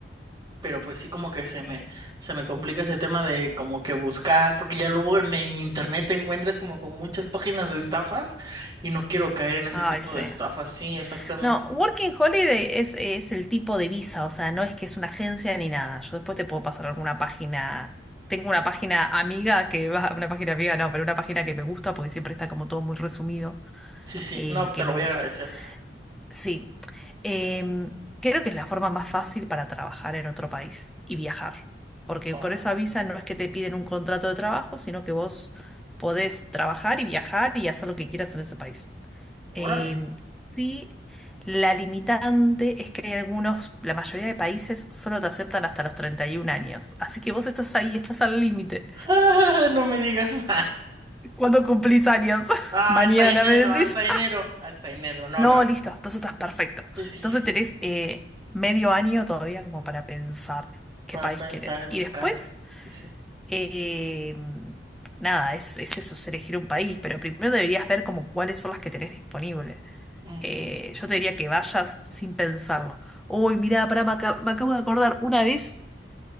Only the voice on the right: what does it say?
pero pues sí como que se
me, se me complica ese tema de como que buscar, porque ya luego en, en internet te encuentras como con muchas páginas de estafas y no quiero caer en ese
tipo
de estafas, sí, exactamente.
Sí, sí,
no, te
lo
voy
a agradecer.
Oh,
órale.
<laughs> No me digas. <laughs>
Ah,
hasta enero,
hasta enero, hasta enero, no,
no, no.
Sí, sí,
sí,
para
pensar
y buscarle.
Sí, sí.
Ujú.